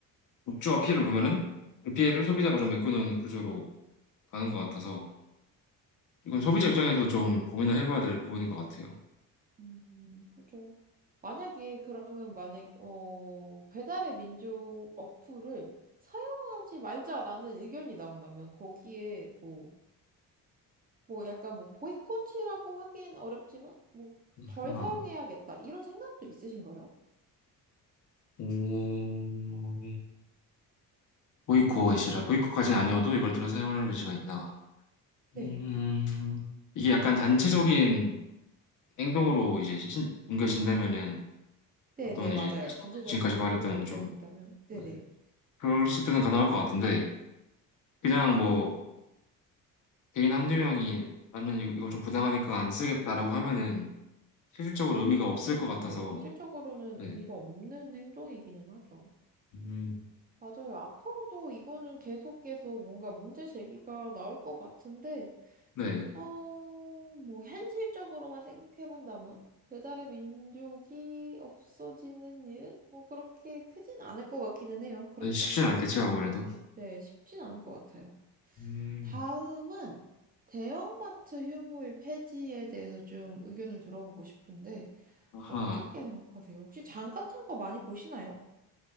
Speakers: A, on the left (about 55°); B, on the right (about 25°).
A: 업주가 피해를 보면은 그 피해를 소비자가 좀 메꾸는 구조로 가는 것 같아서 이건 소비자 입장에서도 좀 고민을 해봐야 될 부분인 것 같아요.
B: 음, 그죠. 만약에 그러면 만약 어, 배달의 민족 어플을 사용하지 말자라는 의견이 나온다면 거기에 뭐 뭐 약간 뭐 보이콧이라고 하긴 어렵지만 뭐
A: 그렇구나.
B: 덜 사용해야겠다 이런 생각도 있으신가요?
A: 오, 보이콧이라 보이콧까지는 아니어도 이걸 들어 사용할 여지가 있나?
B: 네.
A: 음, 이게 약간 단체적인 행동으로 이제 신- 옮겨진다면은
B: 네네,
A: 어떤
B: 맞아요.
A: 이제
B: 단체적으로
A: 지금까지 말했던
B: 행동을 옮겨진다면.
A: 좀
B: 네네.
A: 네, 그럴 때는 가능할 것 같은데 그냥 뭐 개인 한두 명이 나는 이- 이거 좀 부당하니까 안 쓰겠다라고 하면은 실질적으로
B: 그거는
A: 의미가
B: 조금,
A: 없을 것 같아서
B: 네, 현실적으로는
A: 네,
B: 의미가 없는 행동이기는 하죠.
A: 음,
B: 맞아요. 앞으로도 이거는 계속 계속 뭔가 문제 제기가 나올 것 같은데,
A: 네,
B: 어, 뭐, 현실적으로만 생각해본다면, 배달의 민족이 없어지는 일은 뭐 그렇게 크진 않을 것 같기는 해요. 그렇죠?
A: 쉽진 않겠죠 아무래도.
B: 네, 쉽진 않을 것 같아요.
A: 음,
B: 다음은 대형마트 휴무일 폐지에 대해서 좀 의견을 들어보고 싶은데,
A: 아하,
B: 어떻게 생각하세요? 혹시 장 같은 거 많이 보시나요?